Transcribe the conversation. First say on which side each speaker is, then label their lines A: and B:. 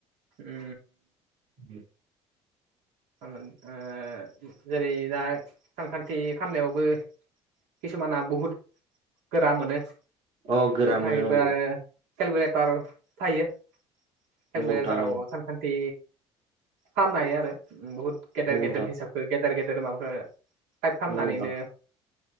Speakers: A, on the right; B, on the right.
A: ओ
B: <inaudible>
A: मोनो जेरै दा सानखान्थि खालामनायावबो किसुमाना बहुद गोरा मोनो। बेनि
B: अ गोरा
A: थाखायबो
B: मोनो नंगौ
A: आरो केलकुलेटार थायो। केलकुलेताराव
B: नंगौ नोंथां नंगौ
A: सानखान्थि खालामनो हायो आरो बहुत गेदेर
B: नंगौ
A: गेदेर
B: नोंथां
A: हिसाब। गेदेर गेदेर माबाखौ साइद खामनानैनो
B: नंगौ नोंथां